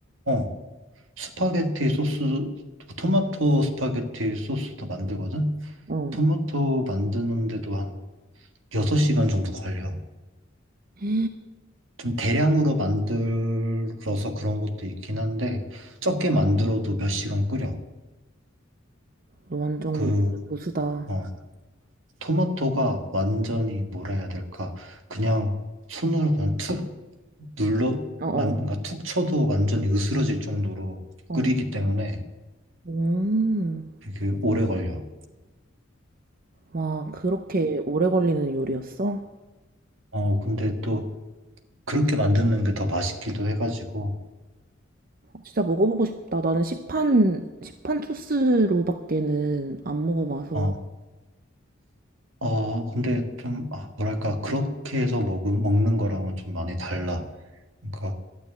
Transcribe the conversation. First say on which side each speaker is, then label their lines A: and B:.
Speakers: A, on the right; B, on the right.
A: 어? 스파게티 소스, 토마토 스파게티 소스도 만들거든?
B: 어.
A: 토마토 만드는데도 한 6시간 정도 걸려.
B: 너
A: 좀 대량으로 만들어서 그런 것도 있긴 한데, 적게 만들어도 몇 시간 끓여.
B: 완전
A: 그,
B: 인터 보수다.
A: 어, 토마토가 완전히 뭐라 해야 될까. 그냥 손으로 그냥 툭 눌러,
B: 어어.
A: 만, 그러니까 툭 쳐도 완전히 으스러질 정도로
B: 어.
A: 끓이기 때문에
B: 음.
A: 되게 오래 걸려.
B: 와, 그렇게 오래 걸리는 요리였어?
A: 어, 근데 또 그렇게 만드는 게 더 맛있기도 해가지고,
B: 진짜 먹어보고 싶다. 나는 시판, 시판 소스로밖에는 안 먹어봐서.
A: 어, 어, 근데 좀, 아, 뭐랄까, 그렇게 해서 먹은, 먹는 거랑은 좀 많이 달라. 그러니까,